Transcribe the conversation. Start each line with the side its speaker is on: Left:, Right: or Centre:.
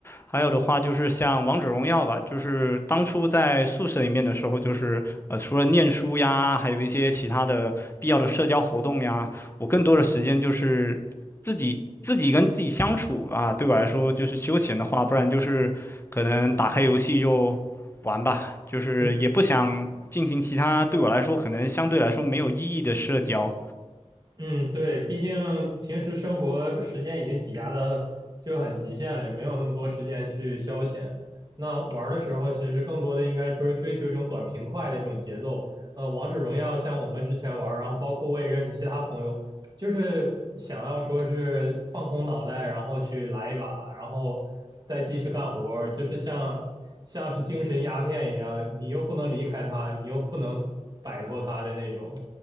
Left: 还有的话就是像王者荣耀吧，就是当初在宿舍里面的时候，就是呃，除了念书呀，还有一些其他的必要的社交活动呀，我更多的时间就是自己自己跟自己相处啊。对我来说，就是休闲的话，不然就是可能打开游戏就。玩吧，就是也不想进行其他对我来说可能相对来说没有意义的社交。
Right: 嗯嗯，对，毕竟平时生活时间已经挤压的就很极限了，也没有那么多时间去消遣。那玩儿的时候，其实更多的应该说是追求一种短平快的这种节奏。呃，王者荣耀像我们之前玩儿，然后包括我也认识其他朋友，就是想要说是放空脑袋，然后去来一把，然后再继续干活儿，就是像像是精神鸦片一样，你又不能离开它，你又不能摆脱它的那种，